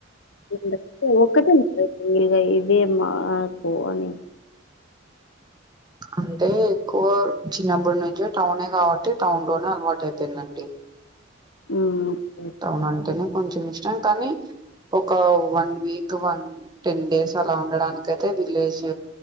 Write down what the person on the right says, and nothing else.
అంటే ఎక్కువ చిన్నప్పుడు నుంచే టౌనే కాబట్టి టౌన్ లోనే అలవాటు అయిపోయిందండి
టౌన్ అంటేనే కొంచెం ఇష్టం కానీ ఒక one week one ten days అలా ఉండడానిక అయితే విలేజ్